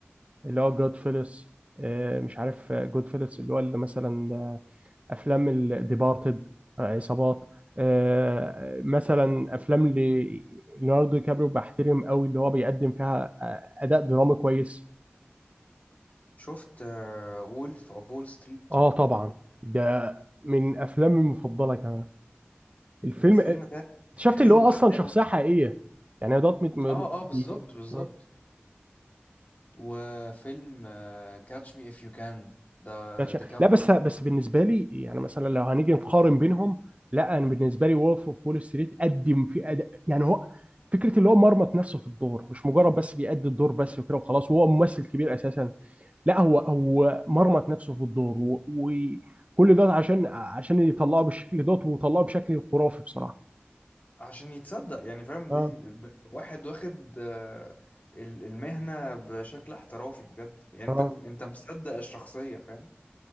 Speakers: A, on the right; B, on the left.
A: اللي هو جود فيلس أه مش عارف جود فيلس اللي هو اللي مثلا افلام الديبارتد عصابات آه، مثلا افلام ليوناردو دي كابريو بحترم قوي اللي هو بيقدم فيها آه، اداء درامي كويس
B: شفت وولف اوف وول ستريت
A: اه طبعا ده من افلامي المفضله كمان الفيلم
B: الفيلم ده
A: اكتشفت
B: حلو
A: اللي هو
B: حلاوة
A: اصلا شخصيه حقيقيه يعني دوت مت... م...
B: اه اه بالظبط
A: بي...
B: بالظبط
A: آه.
B: وفيلم كاتش مي اف يو كان ده
A: يعني شا-
B: ديكابري
A: لا بس بس بالنسبه لي يعني مثلا لو هنيجي نقارن بينهم لا انا بالنسبه لي وولف اوف وول ستريت قدم في أداء يعني هو فكره اللي هو مرمط نفسه في الدور مش مجرد بس بيأدي الدور بس وكده وخلاص وهو ممثل كبير اساسا لا هو هو مرمط نفسه في الدور و- وكل ده عشان عشان يطلعه بالشكل دوت وطلعه بشكل خرافي بصراحه
B: عشان يتصدق يعني فاهم
A: اه
B: دي ب- واحد واخد آه، ال- المهنة بشكل احترافي بجد يعني
A: اه
B: انت كنت انت مصدق الشخصية فاهم